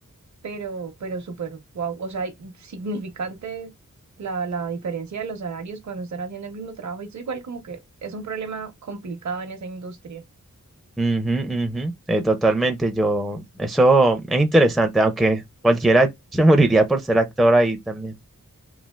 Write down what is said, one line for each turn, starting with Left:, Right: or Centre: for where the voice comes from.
Right: pero, pero súper wow, o sea, significante la, la diferencia de los salarios cuando están haciendo el mismo trabajo, y eso igual como que es un problema complicado en esa industria,
Centre: Ujú, ujú. Eh, totalmente, yo, eso es interesante, aunque cualquiera <laughs> se moriría por ser actor ahí también.